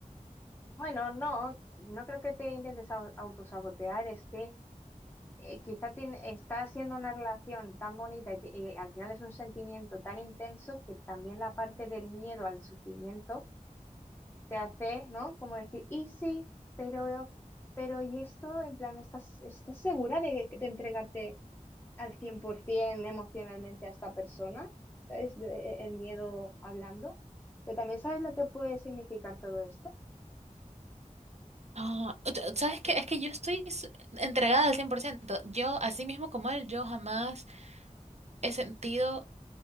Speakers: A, on the left (about 20°); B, on the right (about 55°).
A: Bueno, no, no creo que te intentes au- autosabotear, es que eh, quizá tien- está siendo una relación tan bonita y, ti- y al final es un sentimiento tan intenso que también la parte del miedo al sufrimiento te hace, ¿no? Como decir, y sí, pero, pero y esto, en plan, ¿estás, estás segura de, de entregarte al 100% emocionalmente a esta persona? Es el miedo hablando. Pero también sabes lo que puede significar todo esto.
B: Ah, o- ¿sabes qué? Es que yo estoy s- entregada al 100%. Yo, así mismo como él, yo jamás he sentido